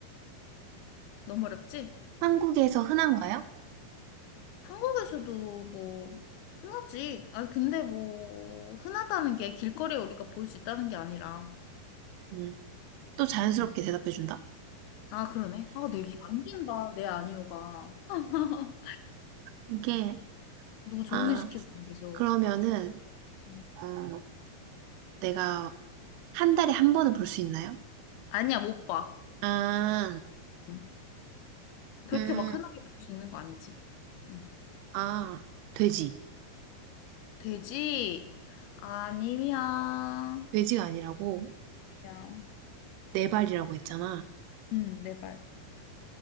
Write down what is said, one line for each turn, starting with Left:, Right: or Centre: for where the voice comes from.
Left: 너무 어렵지?
Right: 한국에서 흔한가요?
Left: 한국에서도 뭐, 흔하지. 아, 근데 뭐, 흔하다는 게 길거리에 우리가 볼 수 있다는 게 아니라.
Right: 음, 또 자연스럽게
Left: 응.
Right: 대답해준다.
Left: 아, 그러네. 아, 내안 된다. 내 아니오가. <laughs>
Right: 이게,
Left: 누구 좋은
Right: 아,
Left: 일 시키고 계속.
Right: 그러면은,
Left: 응.
Right: 어, 내가 한 달에 한 번은 볼 수 있나요?
Left: 아니야, 못 봐.
Right: 아,
Left: 응. 그렇게
Right: 음,
Left: 막 흔하게 볼 수 있는 거 아니지? 응.
Right: 아, 돼지.
Left: 돼지? 아니야.
Right: 돼지가 아니라고
Left: 아니야.
Right: 네 발이라고 했잖아.
Left: 응, 내 말.